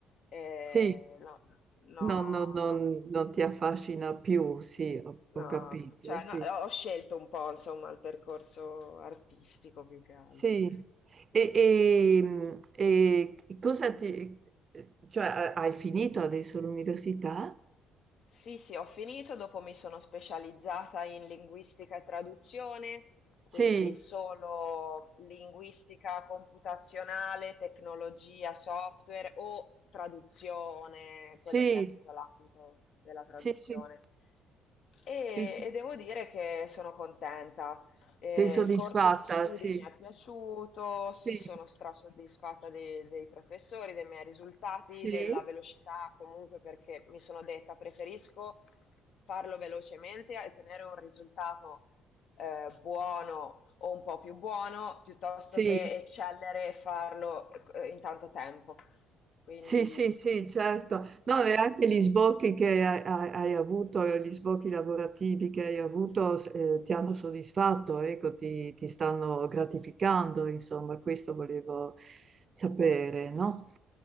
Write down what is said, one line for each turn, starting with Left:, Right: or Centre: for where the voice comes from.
Left: eh,
Right: sì.
Left: no, no,
Right: No, no, non
Left: no.
Right: non ti affascina più, sì, ho, ho
Left: No,
Right: capito,
Left: cioè,
Right: Sì,
Left: no, ho
Right: sì.
Left: scelto un po', insomma, il percorso artistico più che altro.
Right: Sì, e, e- mh, e cosa ti... eh, cioè hai finito adesso l'università?
Left: Sì, sì, ho finito, dopo mi sono specializzata in linguistica e traduzione, quindi
Right: Sì,
Left: solo linguistica computazionale, tecnologia, software o traduzione,
Right: sì,
Left: quello che è tutto l'ambito della traduzione.
Right: sì, sì,
Left: E,
Right: sì, sì.
Left: e devo dire che sono contenta Eh,
Right: Sei soddisfatta,
Left: il corso di studi
Right: sì,
Left: mi è piaciuto, sì,
Right: sì,
Left: sono strasoddisfatta de- dei professori, dei miei risultati,
Right: sì,
Left: della velocità comunque perché mi sono detta preferisco farlo velocemente e tenere un risultato eh, buono o un po' più buono piuttosto
Right: sì,
Left: che eccellere e farlo eh, in tanto tempo. Quindi
Right: sì, sì, sì, certo. No, e anche gli sbocchi che hai, hai- hai avuto, gli sbocchi lavorativi che hai avuto, eh, ti hanno soddisfatto, ecco, ti, ti stanno gratificando, insomma, questo volevo sapere, no?
Left: S